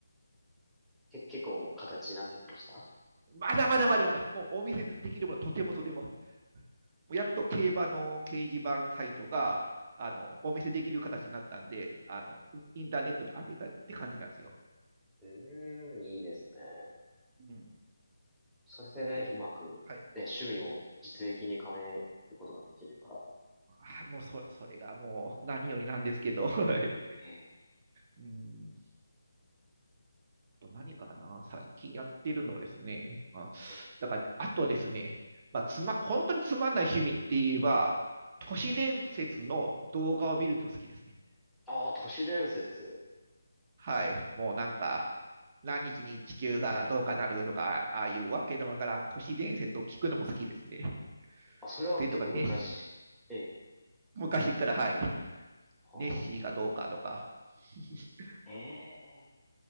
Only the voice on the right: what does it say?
まだまだまだまだ、もうお見せできるものはとてもとても。もうやっと競馬の掲示板サイトが、あの、お見せできる形になったんで、あの、インターネットに上げたって感じなんですよ。
うん。
ぜひ。
はい。
うん。あもうそ、それがもう何よりなんですけど。<laughs> はい。
うんと何かな、最近やってるのですね。あ、
だからね、あとですね、まあ、つま、本当につまんない趣味って言えば、都市伝説の動画を見るの好きですね。
はい。もうなんか、何日に地球がどうかなるとか、ああいうわけのわからん都市伝説を聞くのも好きですね。
それとか、ネッシー、
昔から、はい。
ネッシーがどうかとか。<laughs>